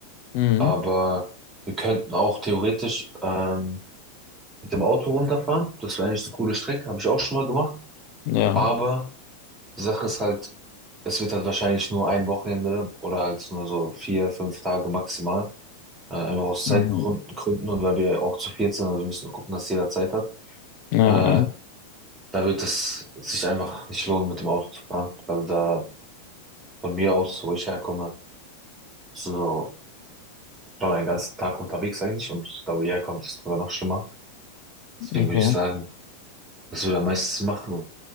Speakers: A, on the left; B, on the right.
A: Mhm.
B: Aber wir könnten auch theoretisch ähm, mit dem Auto runterfahren. Das wäre eigentlich eine coole Strecke, habe ich auch schon mal gemacht.
A: Ja,
B: Aber die Sache ist halt, es wird halt wahrscheinlich nur ein Wochenende oder halt nur so vier, fünf Tage maximal. Äh, einfach aus Zeitgründen
A: Ah,
B: Gründen und weil wir auch zu viert sind, also wir müssen gucken, dass jeder Zeit hat.
A: Ja,
B: Äh, Da wird es sich einfach nicht lohnen, mit dem Auto zu fahren. Also da von mir aus, wo ich herkomme, bist du so schon einen ganzen Tag unterwegs eigentlich und da wo ihr herkommt, ist es sogar noch schlimmer. Deswegen
A: okay.
B: würde ich sagen, was wir da meistens machen,